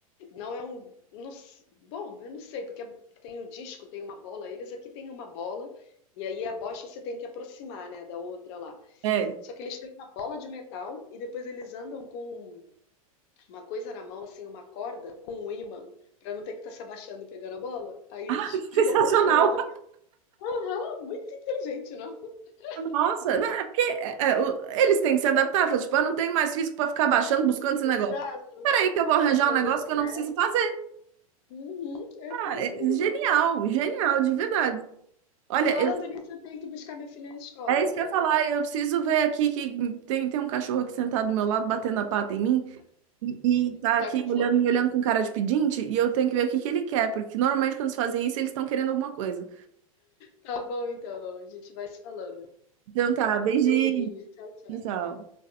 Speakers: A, on the left; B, on the right.
A: não é um. não s- bom, eu não sei, porque tem o disco, tem uma bola, eles aqui têm uma bola, e aí a bocha você tem que aproximar, né, da outra lá.
B: É.
A: Só que eles têm uma bola de metal e depois eles andam com uma coisa na mão, assim, uma corda com um ímã, pra não ter que estar se abaixando e pegando a bola. Aí eles
B: Ah, <laughs>
A: ficam
B: que sensacional!
A: pescando a bola. Aham, muito inteligente, não?
B: Nossa,
A: Nunca
B: não,
A: tinha.
B: é
A: visto.
B: porque é, é, o- eles têm que se adaptar. Fala, tipo, eu não tenho mais físico pra ficar baixando, buscando esse
A: Exato.
B: negócio. Peraí, que eu vou arranjar
A: Esse jogo
B: um negócio
A: de
B: que eu
A: velho.
B: não preciso fazer.
A: Uhum, é
B: Ah,
A: muito
B: é
A: inteligente.
B: genial, genial, de verdade. Olha,
A: Falando
B: eu
A: nisso, eu tenho que buscar minha filha na escola,
B: É isso
A: cara.
B: que eu ia falar. Eu preciso ver aqui que tem, tem um cachorro aqui sentado do meu lado, batendo a pata em mim, e, e tá
A: Tá
B: aqui
A: com fome.
B: olhando, me olhando com cara de pedinte, e eu tenho que ver o que que ele quer, porque normalmente quando eles fazem isso, eles estão querendo alguma coisa.
A: Tá bom, então. A gente vai se falando.
B: Então tá, beijinho,
A: Beijinho. Tchau, tchau.
B: tchau.